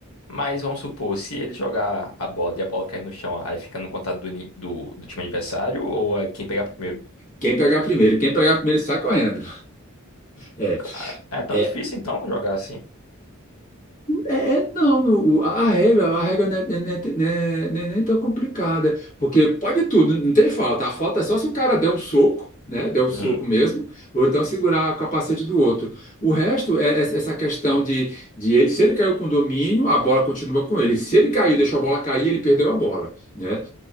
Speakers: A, on the left; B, on the left.
A: Mas vamos supor, se ele jogar a bola e a bola cair no chão, aí fica no contato do, ni- do, do time adversário ou é quem pegar primeiro?
B: Quem pegar primeiro, quem pegar primeiro sai correndo. É,
A: Ah, É tão
B: é,
A: difícil então jogar assim?
B: É, é, não, no- a regra, a regra não é, não é- não é- não é nem tão complicada, porque pode tudo, não tem falta. A falta é só se o cara der um soco, né? Der um soco
A: Uhum.
B: mesmo, ou então segurar o capacete do outro. O resto é essa essa questão de, de ele, se ele caiu com domínio, a bola continua com ele. Se ele caiu e deixou a bola cair, ele perdeu a bola, né?